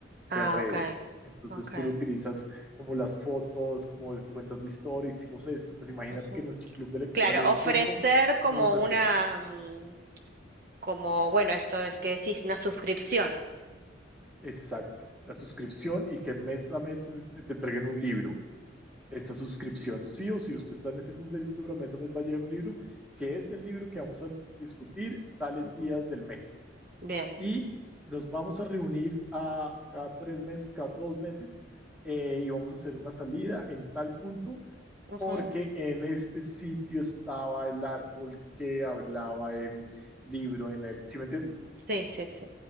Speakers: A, on the right; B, in the centre.
A: Ah,
B: de redes.
A: ok.
B: Entonces
A: Ok.
B: tú lo utilizas como las fotos, como el- cuentas la historia, hicimos esto, pues imagínate
A: Ujú.
B: que en nuestro club de lectura
A: Claro,
B: leímos
A: ofrecer
B: esto,
A: como
B: hicimos esto,
A: una, mm, como, bueno, esto es que decís, una suscripción.
B: exacto, la suscripción y que mes a mes eh, te entreguen un libro. Esta suscripción, sí o sí, usted está en este club de lectura, mes a mes va a llegar un libro que es del libro que vamos a discutir tales
A: Ujú,
B: días
A: ujú.
B: del mes.
A: Bien.
B: Y nos vamos a reunir a, cada tres meses, cada dos meses, eh, y vamos a hacer una salida en tal punto
A: ujú.
B: porque en este sitio estaba el árbol que hablaba el libro en él, ¿sí me entiendes?
A: Sí, sí, sí.